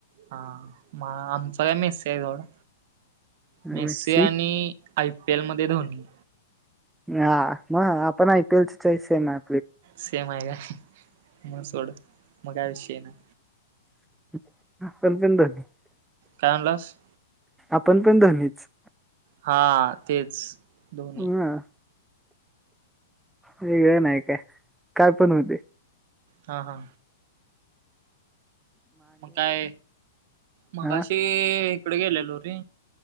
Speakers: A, on the right (about 50°); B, in the centre.
A: हा आमच काय मेसे आहे तेवढा मेसे
B: मेस्सी
A: आणि आयपीएल मध्ये धोनी.
B: हा मग आपण I P L choice same हाय.
A: सेम आहे काय मग सोड मग काय विषय नाय.
B: <unintelligible>
A: काय म्हणलंस.
B: आपण पण धोनीच.
A: हा तेच धोनी.
B: हा वेगळं नाही काय, काय पण होउदे.
A: हा हा. मग काय मगशी
B: हा
A: इकडे गेलेलो रे.